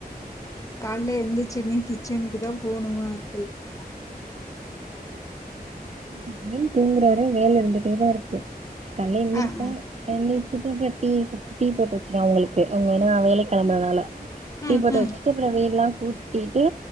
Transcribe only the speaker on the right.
எப்டியு தூங்ற வர வேல இருந்துட்டே தா இருக்கு கால்ல எந்திரிப்பே
எந் டிஃபன் கட்டி டீ போட்டு வச்சிருவ அவுங்களுக்கு அவுங்க ஏனா வேலைக் கெளம்பறனால டீ
போட்டு
வச்சுட்டு அப்புறம் வீடு எல்லாம் கூட்டிட்டு